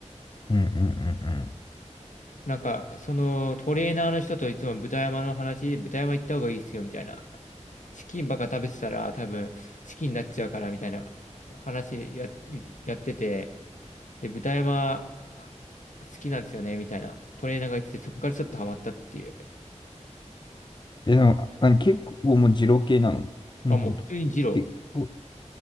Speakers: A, on the left; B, on the left.
A: うんうんう
B: なんか、そのトレーナーの人といつも豚山の話、豚山行った方がいいっすよみたいな。チキンばっか食べてたら多分チキンになっちゃうからみたいな話や、やってて、で、豚山好きなんですよねみたいなトレーナーが言ってて、そこからちょっとハマったっていう。
A: ん。え、でも、あ結構もう二郎系なのもうほんと。
B: あ、もう普通に二郎。
A: 結構、